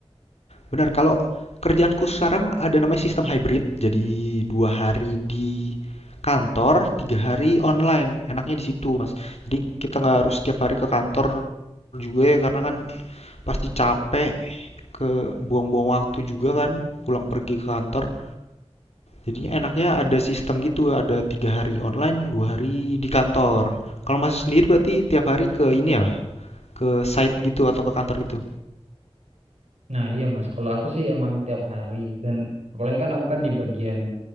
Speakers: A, on the left (about 75°); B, on the right (about 85°).
A: benar kalau kerjaanku sekarang ada namanya sistem hybrid. Jadi dua hari di kantor, tiga hari online. Enaknya di situ mas. Jadi kita nggak harus setiap hari ke kantor juga ya karena kan pasti capek ke buang-buang waktu juga kan pulang pergi ke kantor Jadinya enaknya ada sistem gitu, ada tiga hari online, dua hari di kantor. Kalau masih sendiri berarti tiap hari ke ini ya, ke site gitu atau ke kantor gitu.
B: Nah, iya Mas, kalau aku sih emang tiap hari dan apalagi kan aku kan di bagian